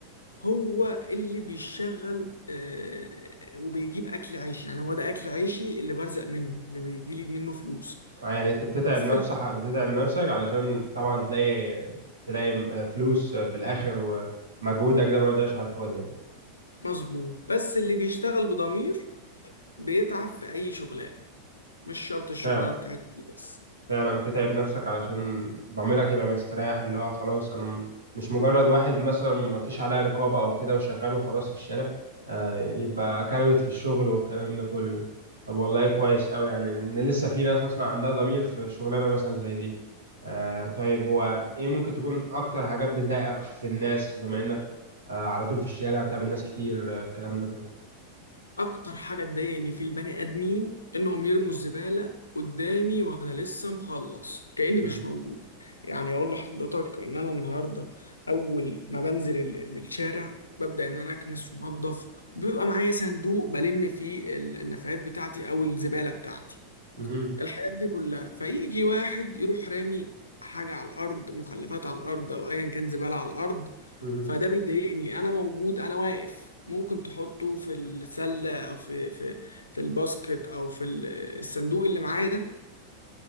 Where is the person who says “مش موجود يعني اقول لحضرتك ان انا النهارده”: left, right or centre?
Left